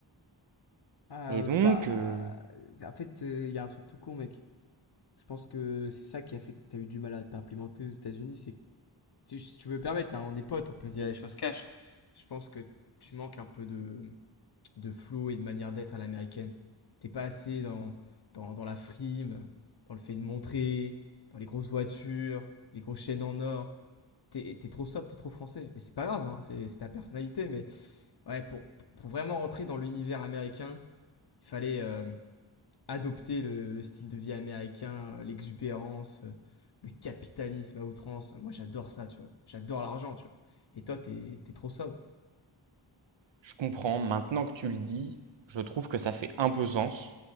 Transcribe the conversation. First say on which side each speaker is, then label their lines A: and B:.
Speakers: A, on the left; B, on the right.
A: Ah
B: Et donc,
A: bah,
B: euh,
A: en fait, il y a un truc tout con, mec. Je pense que c'est ça qui a fait que tu as eu du mal à t'implémenter aux États-Unis. C'est que, si si tu veux me permettre, hein, on est potes, on peut se dire les choses cash. Je pense que tu manques un peu de, de flow et de manière d'être à l'américaine. T'es pas assez dans, dans, dans la frime, dans le fait de montrer, dans les grosses voitures, les grosses chaînes en or. T'es, t'es trop sobre, t'es trop français. Mais c'est pas grave, hein, c'est, c'est ta personnalité. Mais ouais, pour, pour vraiment entrer dans l'univers américain, il fallait, euh, adopter le, le style de vie américain, euh, l'exubérance, euh, le capitalisme à outrance. Moi, j'adore ça, tu vois. J'adore l'argent, tu vois. Et toi, t'es, t'es trop sobre.
B: je comprends, maintenant que tu le dis, je trouve que ça fait un peu sens.